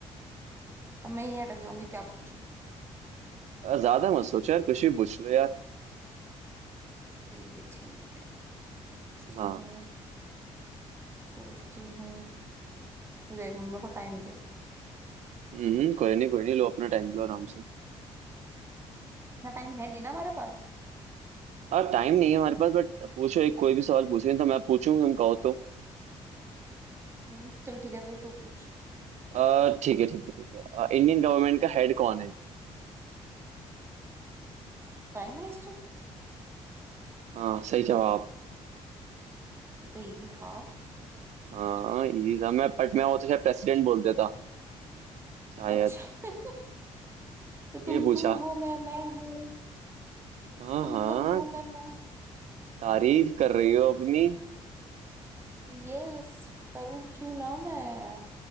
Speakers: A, on the right (about 20°); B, on the right (about 65°).
A: अब मैं यहीं अटक जाऊंगी क्या पूछूं
B: अ, ज्यादा मत सोचो यार कुछ
A: बट
B: भी पूछ लो यार
A: ठीक है ठीक है पूछती
B: हाँ
A: हूँ पूछती हूँ तुझे एक मिनट मेरे को टाइम दे
B: हम्म कोई नहीं कोई नहीं लो अपना टाइम लो आराम से
A: इतना टाइम है नहीं ना हमारे पास
B: और टाइम नहीं है हमारे पास बट पूछो एक कोई भी सवाल पूछो नहीं तो मैं पूछूं तुम कहो तो
A: हम्म चल ठीक है तो तू पूछ
B: अ, ठीक है ठीक है ठीक है अ, इंडियन गवर्नमेंट का हेड कौन है
A: Prime minister
B: हाँ सही जवाब
A: ये तो इजी था
B: हाँ इजी था मैं बट मैं वो तो शायद प्रेसिडेंट बोल देता शायद
A: अच्छा <laughs> तो तुम
B: ये पूछा
A: तुम हो मैं मैं हूँ
B: हाँ
A: तुम
B: हाँ
A: तुम हो मैं मैं
B: तारीफ कर रही हो अपनी
A: ये करूँ क्यों ना मैं